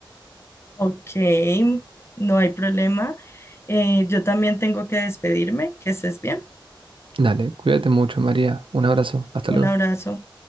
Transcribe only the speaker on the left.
Ok, no hay problema. Eh, yo también tengo que despedirme. Que estés bien.
Un
abrazo.